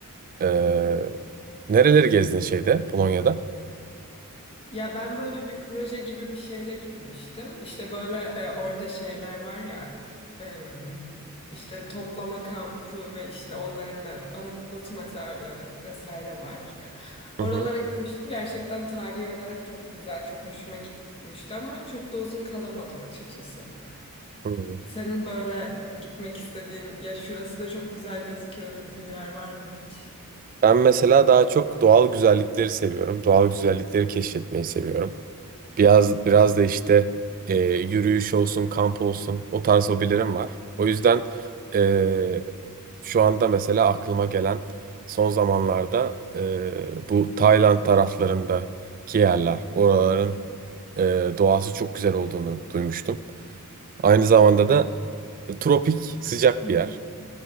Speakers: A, on the right; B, on the left.
A: Ee, nereleri gezdin şeyde Polonya'da?
B: Ya ben böyle bir proje gibi bir şeyle gitmiştim. İşte böyle e, orada şeyler var ya e, işte toplama kampı ve işte onların me- anıt mezarları vesaire var. Oralara
A: Hı hı.
B: gitmiştim. Gerçekten tarihi olarak çok güzel, çok hoşuma gitmişti ama çok da uzun kalamadım açıkçası.
A: Hı.
B: Senin böyle gitmek istediğin, ya şurası da çok güzel gözüküyor dediğin bir yer var mı hiç?
A: Ben mesela daha çok doğal güzellikleri seviyorum. Doğal güzellikleri keşfetmeyi seviyorum. Biraz
B: Hı hı,
A: biraz da işte e, yürüyüş olsun, kamp olsun o tarz hobilerim var. O yüzden e, şu anda mesela aklıma gelen son zamanlarda e, bu Tayland taraflarındaki yerler, oraların e, doğası çok güzel olduğunu duymuştum. Aynı zamanda da tropik, sıcak
B: hı
A: bir yer.